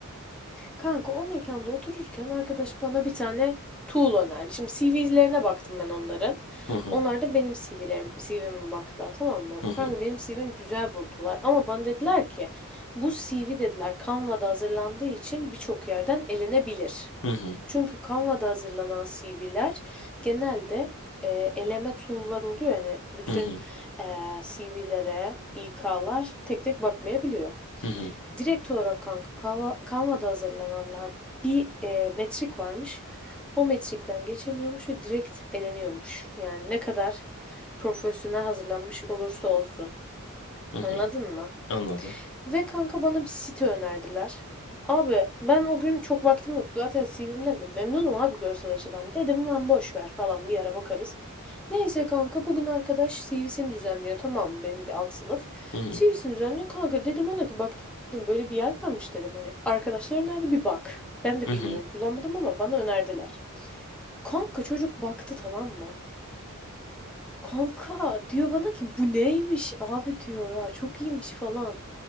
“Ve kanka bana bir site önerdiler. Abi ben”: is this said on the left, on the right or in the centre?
Centre